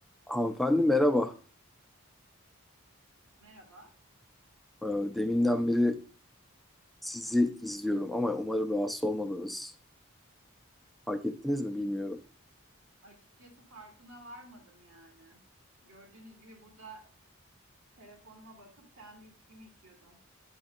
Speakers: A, in the centre; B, on the right.
A: Hanımefendi merhaba.
B: Merhaba.
A: Ee, Deminden beri sizi izliyorum ama umarım rahatsız olmadınız. Fark ettiniz mi bilmiyorum.
B: Açıkçası farkına varmadım yani. Gördüğünüz gibi burada telefonuma bakıp kendi içkimi içiyordum.